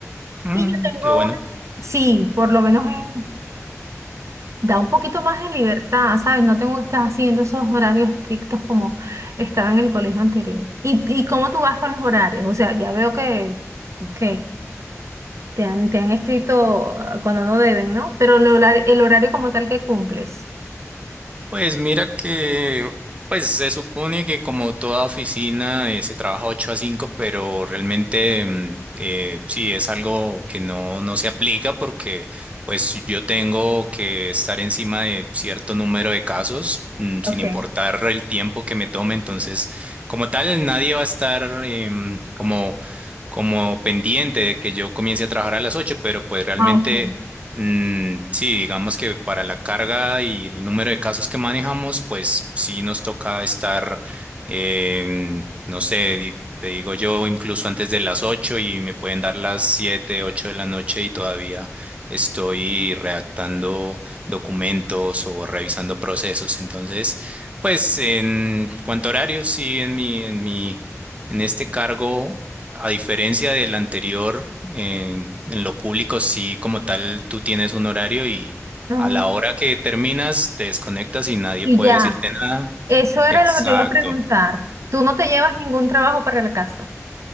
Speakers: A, on the right; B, on the right.
A: Mm,
B: Y yo tengo
A: qué bueno.
B: una, sí, por lo menos eh, da un poquito más de libertad, ¿sabes? No tengo que estar haciendo esos horarios estrictos como estaba en el colegio anterior. ¿Y, y cómo tú vas con los horarios? O sea, ya veo que, ok, te han, te han escrito ah, cuando no deben, ¿no? Pero el horario, el horario como tal que cumples.
A: Pues mira que, pues se supone que como toda oficina eh, se trabaja ocho a cinco pero realmente mm, eh, sí es algo que no, no se aplica porque pues yo tengo que estar encima de cierto número de casos, mm,
B: Ok.
A: sin importar el tiempo que me tome. Entonces, como tal, nadie va a estar em, como, como pendiente de que yo comience a trabajar a las ocho pero pues realmente...
B: Ah, ok.
A: Mm, sí, digamos que para la carga y el número de casos que manejamos, pues sí nos toca estar, em, no sé, di- te digo yo, incluso antes de las 8 y me pueden dar las 7, 8 de la noche y todavía estoy redactando documentos o revisando procesos. Entonces, pues en cuanto a horarios, sí, en mi, en mi, en este cargo. A diferencia del anterior, en, en lo público sí, como tal, tú tienes un horario y
B: Ajá.
A: a la hora que terminas te desconectas y nadie
B: Y
A: puede
B: ya.
A: decirte nada.
B: Eso era
A: Exacto.
B: lo que te iba a preguntar. Tú no te llevas ningún trabajo para la casa,